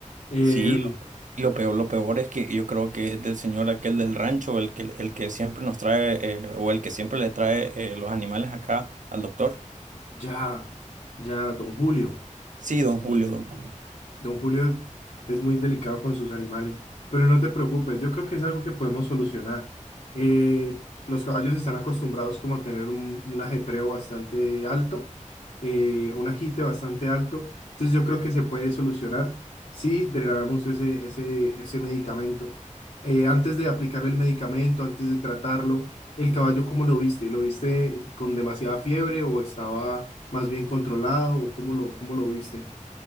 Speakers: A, on the left; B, on the right.
A: Em,
B: Sí, Y Lo peor, lo peor es que yo creo que es del señor aquel del rancho, el que, el que siempre nos trae, eh, o el que siempre le trae eh, los animales acá al doctor.
A: ya, ya, don Julio.
B: Sí, don
A: Sí.
B: Julio, don Julio.
A: Don Julio es muy delicado con sus animales, pero no te preocupes, yo creo que es algo que podemos solucionar. Eh, los caballos están acostumbrados como a tener un, un ajetreo bastante alto, eh, un agite bastante alto, entonces yo creo que se puede solucionar si drenamos ese, ese, ese medicamento. Eh, antes de aplicarle el medicamento, antes de tratarlo, el caballo, ¿cómo lo viste? ¿Lo viste con demasiada fiebre o estaba más bien controlado o cómo lo, cómo lo viste?